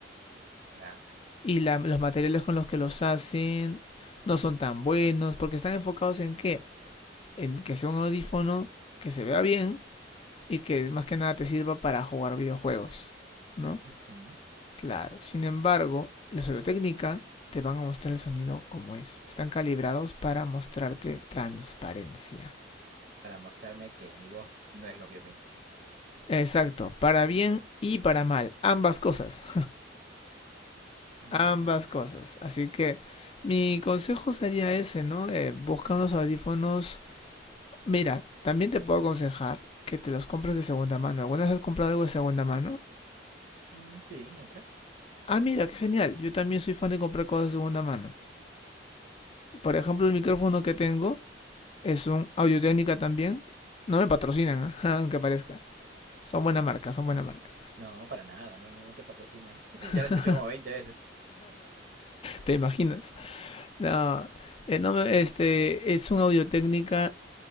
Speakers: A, on the right; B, on the left.
A: claro.
B: Y la, los materiales con los que los hacen no son tan buenos, porque están enfocados en qué? En que sea un audífono que se vea bien y que más que nada te sirva para jugar videojuegos, ¿no?
A: Ujú.
B: Claro, sin embargo, los Audiotécnica te van a mostrar el sonido como es. Están calibrados para mostrarte transparencia.
A: Para mostrarme que mi voz no es lo que yo pienso.
B: Exacto, para bien y para mal, ambas cosas, <laughs>
A: Mm,
B: ambas cosas. Así que mi consejo sería ese, ¿no? Eh, busca unos audífonos. Mira, también te puedo aconsejar que te los compres de segunda mano. ¿Alguna vez has comprado algo de segunda mano?
A: mm, sí, muchas.
B: Ah, mira, qué genial. Yo también soy fan de comprar cosas de segunda mano. Por ejemplo, el micrófono que tengo Es un audio técnica también. No me patrocinan, ¿ah? <laughs> aunque parezca. Son buena marca, son buena marca.
A: No, para nada, no, no, no te patrocina. <clears throat>
B: <laughs>
A: Ya la he escuchado como 20 veces.
B: ¿Te imaginas? No, eh, no este es un audio técnica